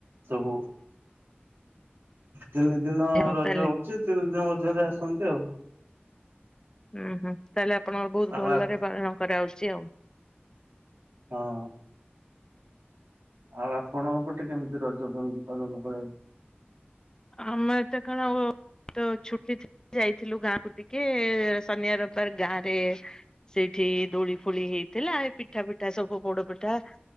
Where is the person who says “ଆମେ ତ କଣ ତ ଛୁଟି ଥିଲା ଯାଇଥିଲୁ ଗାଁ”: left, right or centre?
Left